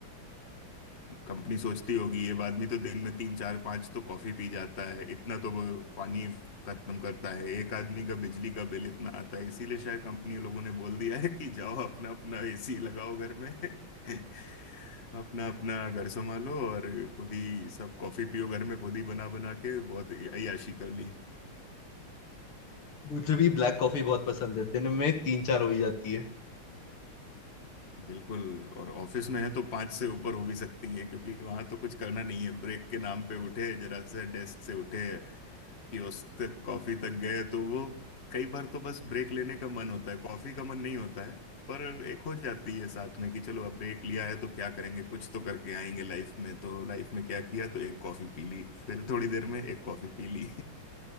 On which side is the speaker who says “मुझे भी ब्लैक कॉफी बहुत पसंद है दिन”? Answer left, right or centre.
Left